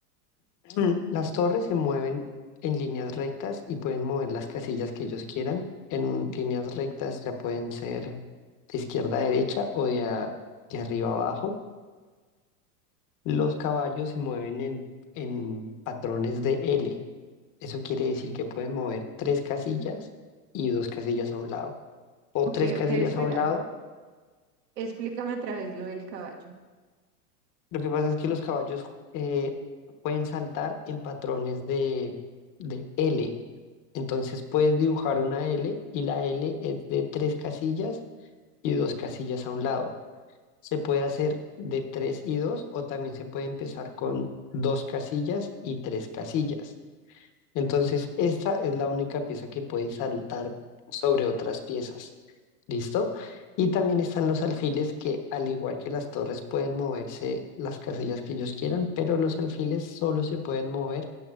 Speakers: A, on the left; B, on the right.
A: Mm, Las torres se mueven en líneas rectas y pueden mover las casillas que ellos quieran. En líneas rectas ya pueden ser de izquierda a derecha o de, a- de arriba a abajo. Los caballos se mueven en, en patrones de L. Eso quiere decir que pueden mover tres casillas y dos casillas a un lado, o
B: ok,
A: tres casillas
B: ok, espera.
A: a un lado
B: Explícame otra vez lo del caballo.
A: Lo que pasa es que los caballos eh, pueden saltar en patrones de, de L. Entonces puedes dibujar una L y la L es de tres casillas y dos casillas a un lado. Se puede hacer de tres y dos o también se puede empezar con dos casillas y tres casillas. Entonces, esta es la única pieza que puede saltar sobre otras piezas. ¿Listo? Y también están los alfiles que, al igual que las torres, pueden moverse las casillas que ellos quieran, pero los alfiles solo se pueden mover